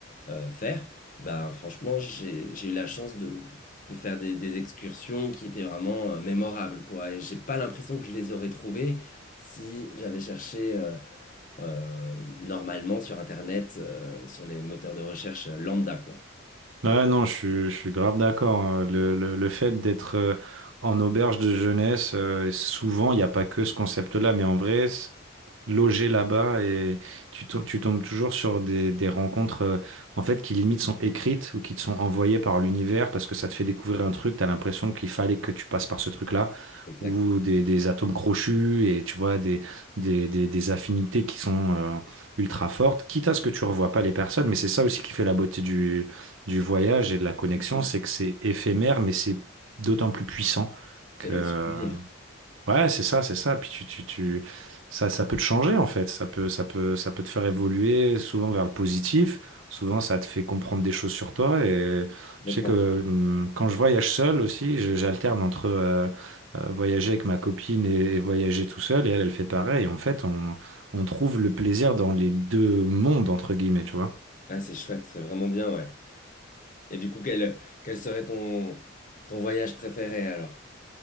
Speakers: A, on the left; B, on the right.
A: euh, faire, ben franchement, j'ai j'ai eu la chance de, de faire des, des excursions qui étaient vraiment euh, mémorables, quoi. Et j'ai pas l'impression que je les aurais trouvées si j'avais cherché euh, euh, normalement sur Internet, euh, sur les moteurs de recherche euh, lambda, quoi.
B: Ouais, non, je suis, je suis grave d'accord. hein. Le, le, le fait d'être euh, en auberge de jeunesse, euh, et souvent, il n'y a pas que ce concept-là, mais en vrai, s- loger là-bas et tu, tom- tu tombes toujours sur des, des rencontres euh, en fait qui limite sont écrites ou qui te sont envoyées par l'univers parce que ça te fait découvrir un truc, tu as l'impression qu'il fallait que tu passes par ce truc-là,
A: Exact.
B: ou des, des atomes crochus et tu vois, des, des, des, des affinités qui sont euh, ultra fortes, quitte à ce que tu revois pas les personnes, mais c'est ça aussi qui fait la beauté du voyage et de la connexion,
A: Bon,
B: c'est que c'est éphémère, mais c'est d'autant plus puissant
A: C'est
B: que
A: le souvenir,
B: ouais, c'est ça, c'est ça. Puis tu, tu, tu, ça, ça peut te changer en fait. Ça peut, ça peut, ça peut te faire évoluer souvent vers le positif. Souvent, ça te fait comprendre des choses sur toi. Et
A: complètement.
B: je sais que hum, quand je voyage seul aussi, je- j'alterne entre euh, euh, voyager avec ma copine et, et voyager tout seul. Et elle, elle fait pareil. En fait, on, on trouve le plaisir dans les deux mondes entre guillemets, tu vois.
A: ah c'est chouette, c'est vraiment bien, ouais. Et du coup, quel, quel serait ton, ton voyage préféré alors?